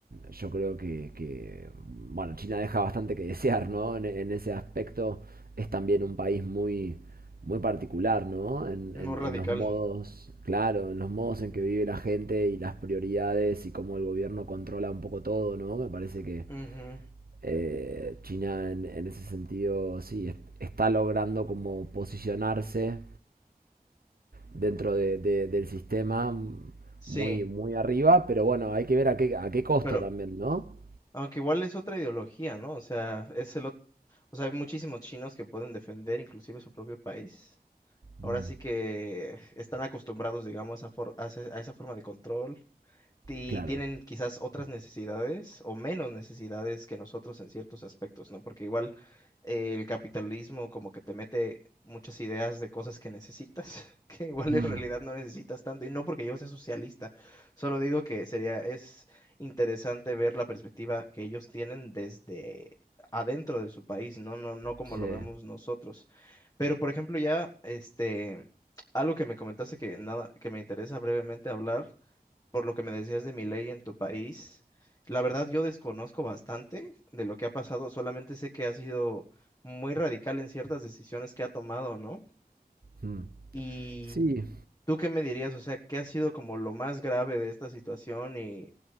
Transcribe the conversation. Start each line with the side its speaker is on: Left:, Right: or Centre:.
Right: yo creo que, que, bueno, China deja bastante que desear, ¿no? En, en ese aspecto es también un país muy, muy particular, ¿no? En,
Left: No
Right: en-
Left: radical.
Right: en los modos, claro, en los modos en que vive la gente y las prioridades y cómo el gobierno controla un poco todo, ¿no? Me parece que
Left: Ujú,
Right: eh, China en, en ese sentido, sí, es- está logrando como posicionarse dentro de- de- del sistema
Left: Sí,
Right: muy, muy arriba, pero bueno, hay que ver a qué, a qué costo
Left: pero
Right: también, ¿no?
Left: aunque igual es otra ideología, ¿no? O sea, es el ot- o sea, hay muchísimos chinos que pueden defender inclusive su propio país. Ahora
Right: Mm,
Left: sí que están acostumbrados, digamos, a, for- a ese- a esa forma de control. y
Right: claro.
Left: tienen quizás otras necesidades o menos necesidades que nosotros en ciertos aspectos, ¿no? Porque igual eh, el capitalismo como que te mete muchas ideas de cosas que necesitas, <laughs> que igual
Right: Mm,
Left: en realidad no necesitas tanto, y no porque yo sea socialista, solo digo que sería, es interesante ver la perspectiva que ellos tienen desde adentro de su país, no, no, no como
Right: sí.
Left: lo vemos nosotros. Pero, por ejemplo, ya, este, algo que me comentaste que nada, que me interesa brevemente hablar por lo que me decías de mi ley en tu país, la verdad yo desconozco bastante de lo que ha pasado, solamente sé que ha sido muy radical en ciertas decisiones que ha tomado, ¿no?
Right: Mm.
Left: Y
Right: Sí,
Left: tú qué me dirías, o sea, ¿qué ha sido como lo más grave de esta situación y